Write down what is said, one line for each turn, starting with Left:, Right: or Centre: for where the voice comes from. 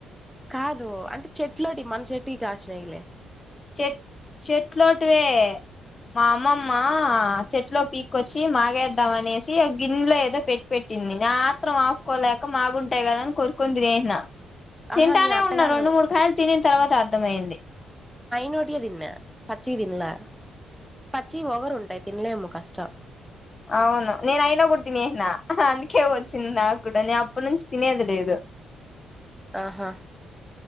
Centre: కాదు అంటే చెట్లోటి మన చెట్టుకి కాసినయిలే
Left: చెట్ చెట్లోటివే మా అమ్మమ్మ చెట్లో పీకొచ్చి మాగేద్దామనేసి ఆ గిన్నెలో ఏదో పెట్టి పెట్టింది నా ఆత్రం ఆపుకోలేక మాగుంటాయి కదాని కోరుకుని తినేసిన తింటానే
Centre: ఆహా నేను అట్ట
Left: ఉన్న
Centre: కాదు
Left: రెండు మూడు కాయలు తినిన్ తర్వాత అర్థమైంది
Centre: నోటిగ దీన్న పచ్చిగ తిన్నాల్ పచ్చి వగరు ఉం డై తినలేము కష్టం
Left: అవును నేను అయినా కూడా తినేసిన అందుకే వచ్చింది నాకు కూడా నేను అప్పటినుంచి తినేది లేదు
Centre: ఆహా